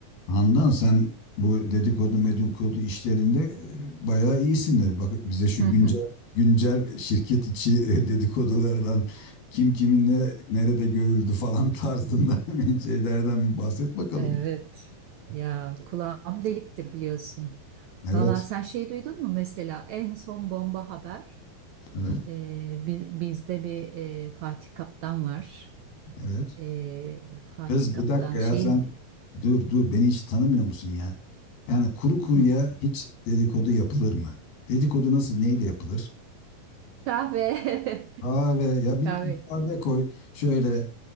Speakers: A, on the left; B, on the right.
A: Handan sen bu dedikodu medikodu işlerinde e, bayağı iyisindir. Bak bize şu
B: Hı
A: güncel
B: hı.
A: güncel şirket içi e, dedikodulardan kim kiminle nerede görüldü falan tarzında <laughs> şeylerden bir bahset bakalım.
B: Evet. Ya kulağım deliktir biliyorsun.
A: Evet,
B: Valla sen şey duydun mu mesela en son bomba haber
A: evet,
B: e, bi- bizde bir e, Fatih Kaptan var.
A: evet.
B: E, Fatih
A: Kız
B: Kaptan
A: bir dakika ya
B: şeyin
A: sen dur dur beni hiç tanımıyor musun ya? Yani kuru kuruya
B: Hı.
A: hiç dedikodu yapılır mı? Dedikodu nasıl neyle yapılır?
B: kahve <laughs>
A: Kahve ya bir,
B: kahve
A: bir kahve koy şöyle